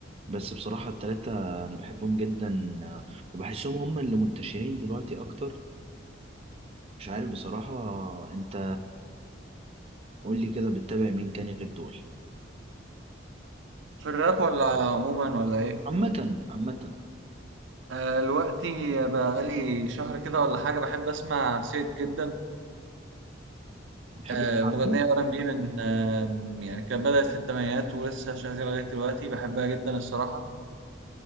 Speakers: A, on the right (about 30°); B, on the right (about 70°).
A: بس بصراحة التلاتة انا بحبهم جدا آه، وبحسهم هما اللي منتشرين دلوقتي اكتر مش عارف بصراحة انت قول لي كده بتتابع مين تاني غير دول
B: في الراب ولا عموما ولا إيه؟
A: عامة عامة
B: آه، دلوقتي بقالي شهر كده ولا حاجة بحب أسمع سيد جدا
A: بتحب
B: آه،
A: تسمع
B: مغنية
A: مين
B: ار ان بي من آه، يعني كانت بدأت في الثمانينات ولسه شغالة لغاية دلوقتي بحبها جدا الصراحة